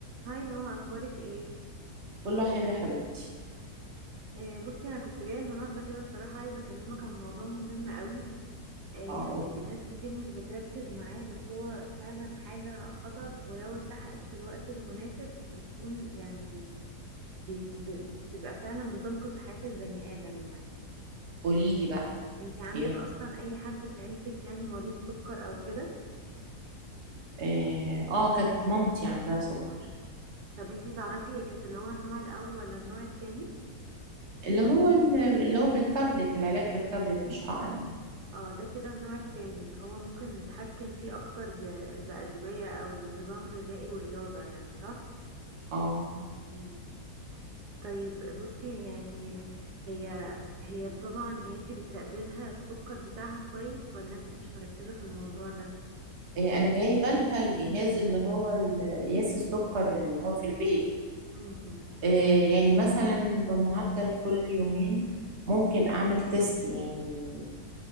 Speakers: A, on the right (about 85°); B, on the right (about 50°).
A: هاي نهى اخبارك ايه
B: كله حلو يا حبيبتي
A: آه بصي انا كنت جايه النهارده كده بصراحه عايزه اكلمك عن موضوع مهم قوي آه يعني
B: اه
A: ناس كتير مش بتركز معاه بس هو فعلا حاجه خطر ولو اتلحقت في الوقت المناسب بتكون يعني بي- ب- بتبقى فعلا بتنقذ حياه البني ادم يعني
B: قولي لي بقى
A: انتي عندك
B: ايه
A: اصلا اي حد في عيلتك يعني مريض سكر او كده
B: اه آه، كانت مامتي عندها سكر
A: مم. طب انتي تعرفي هي كانت اللي هو النوع الاول ولا النوع التاني
B: اللي هو ال- اللي هو بالتابلت العلاج بالتابلت مش حقن يعني.
A: اه ده كده النوع التاني اللي هو ممكن نتحكم فيه اكتر ب... بأدوية او نظام غذائي ورياضة يعني صح
B: اه
A: مم. طيب بصي يعني هي هي طبعا يعني انتي بتراقبي لها السكر بتاعها كويس ولا انتي مش مركزة في الموضوع ده
B: إيه انا جايبه لها الجهاز اللي هو ال- قياس السكر اللي هو في البيت
A: امم
B: إيه يعني مثلا بمعدل كل يومين ممكن اعمل تيست يعني